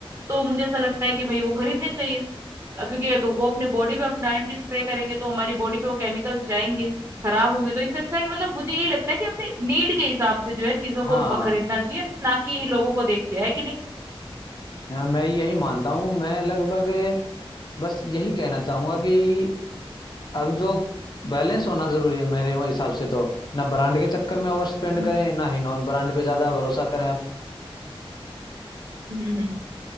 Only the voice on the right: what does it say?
तो मुझे ऐसा लगता है कि भाई वो खरीदने चाहिए अ, क्योंकि अगर वो अपने बॉडी पे हम डायरेक्टली स्प्रे करेंगे तो हमारी बॉडी पे वो केमिकल्स जाएंगे खराब होंगे तो इससे अच्छा है कि मतलब मुझे यही लगता है कि अपने नीड के हिसाब से जो है चीजों को
ब- खरीदना चाहिए ना कि लोगों को देख के है कि नहीं
हम्म
हम्म हम्म।